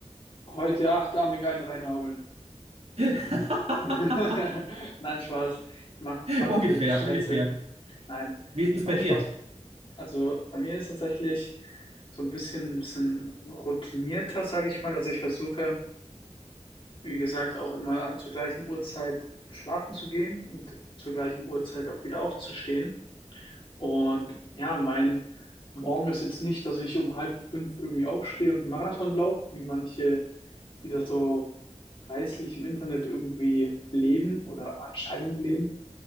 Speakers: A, on the left (about 45°); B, on the right (about 60°).
A: Heute achtarmig einen reinhageln.
B: <laughs>
A: <laughs> Nein, Spaß. Ich mache ich mach
B: Ungefähr,
A: natürlich Scherze.
B: ungefähr.
A: Nein,
B: Wie ist es
A: Spaß,
B: bei dir?
A: Spaß. Also bei mir ist tatsächlich so ein bisschen, ein bisschen routinierter, sage ich mal, dass ich versuche, wie gesagt, auch immer zur gleichen Uhrzeit schlafen zu gehen und zur gleichen Uhrzeit auch wieder aufzustehen. Und ja, mein Morgen ist jetzt nicht, dass ich um halb fünf irgendwie aufstehe und einen Marathon laufe, wie manche, die das so preislich im Internet irgendwie leben oder anscheinend leben.